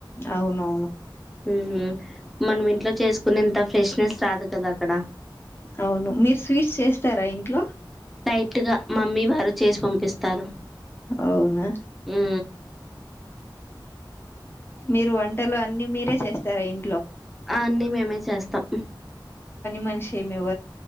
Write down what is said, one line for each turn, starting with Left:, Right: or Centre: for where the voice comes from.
Left: అవునవును
Centre: ఉమ్ మనం ఇంట్లో చేసుకునే ఇంత ఫ్రెష్నెస్ రాదు కదా అక్కడ
Left: అవును మీరు స్వీట్స్ చేస్తారా ఇంట్లో
Centre: లైట్గా మమ్మీ వారు చేసి పం పిస్తారు
Left: అవునా
Centre: ఆ
Left: మీరు వంటలు అన్ని మీరే చేస్త సరేం
Centre: అ అన్ని మేమే చేస్తాం
Left: మషే మీవ